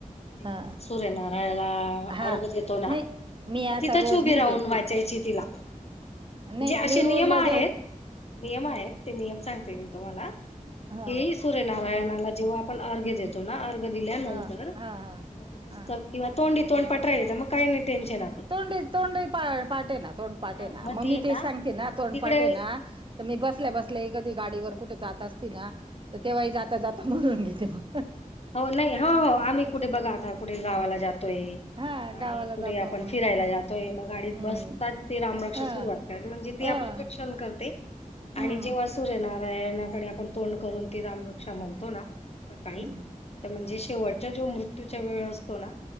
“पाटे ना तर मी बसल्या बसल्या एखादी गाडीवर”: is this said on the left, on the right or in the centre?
Right